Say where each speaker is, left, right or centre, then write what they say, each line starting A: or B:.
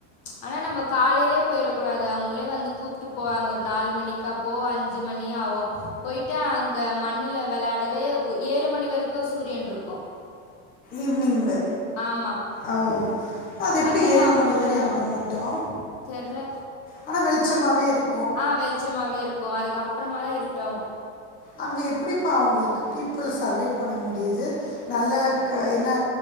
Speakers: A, on the left (about 50°); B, on the left (about 25°).
A: ஆனா நம்ம காலைலே போயிர கூடாது அவங்களே வந்து கூப்ட்டு போவாங்க ஒரு நாலு மணிக்கு ஸப்போ அஞ்சு மணி ஆகு போயிட்டு அங்க மண்ணுல விளையாடவே ஏழு மணி வரைக்கு சூரியன் இருக்கு
B: ஈவ்னிங்ல
A: ஆமா
B: ஓ அது எப்படி
A: அதனால
B: ஏழு
A: அவ்ளோ
B: மணி வரை
A: நேரம்
B: அங்க மட்டு
A: தெர்ல.
B: ஆனா வெளிச்சமாவே இருக்
A: ஆ வெளிச்சமாவே இருக்கு அதுக்கு அப்புறமா தா இருட்டோ
B: அங்க எப்படிப்பா அவங்களுக்கு பீப்புள் சர்வைவ் பண்ண முடியுது நல்ல க என்ன